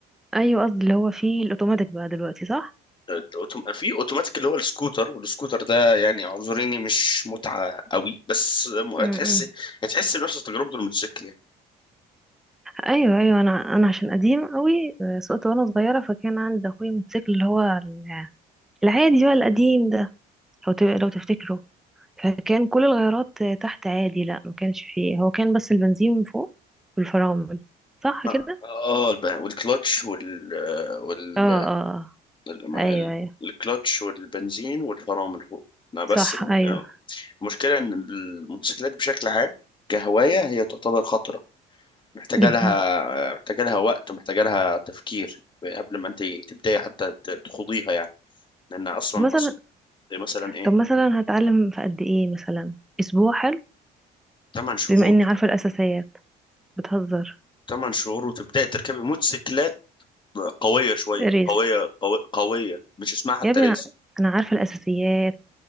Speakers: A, in the centre; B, on the left.
A: ايوه قصدي اللي هو فيه الاوتوماتيك بقى دلوقتي صح
B: الأوتوم- في اوتوماتيك اللي هو السكوتر والسكوتر ده يعني اعذريني مش متعه قوي بس م-
A: امم
B: هتحس هتحس بنفس تجربه الموتوسيكل يعني
A: ايوه ايوه انا انا عشان قديم قوي آه، سقت وانا صغيره فكان عندي اخويا موتوسيكل اللي هو ال- العادي بقى القديم ده لو ت- لو تفتكره فكان كل الغيارات تحت عادي لا ما كانش فيه هو كان بس البنزين من فوق والفرامل صح
B: ما-
A: كده
B: اه الب- والكلتش وال وال
A: اه اه
B: الم-
A: آه. ايوه ايوه
B: الكلتش والبنزين والفرامل فوق ما بس
A: صح
B: الم...
A: ايوه
B: المشكلة إن الموتوسيكلات بشكل عام كهواية هي تعتبر خطرة محتاجة
A: جدا
B: لها محتاجة لها وقت ومحتاجة لها تفكير قبل ما أنت تبدأي حتى ت- تخوضيها يعني لأن أصلا
A: طب مثلا
B: أصلا زي مثلا إيه
A: طب مثلا هتعلم في قد ايه مثلا اسبوع حلو
B: تمن شهور
A: بما اني عارفه الاساسيات بتهزر
B: تمن شهور وتبدأي تركبي موتوسيكلات قوية شوية
A: ريس
B: قوية قوي قوية مش اسمها حتى
A: يا ابني
B: ريس
A: انا أنا عارفه الاساسيات